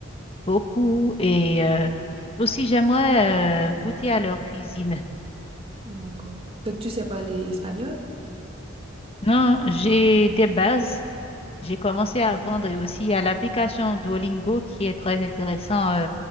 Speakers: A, on the left; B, on the right.
A: beaucoup et euh, aussi j'aimerais euh, goûter à leur cuisine.
B: D'accord. Donc, tu sais parler espagnol?
A: Non, j'ai des bases J'ai commencé à apprendre et aussi à l'application Duolingo qui est très intéressant euh,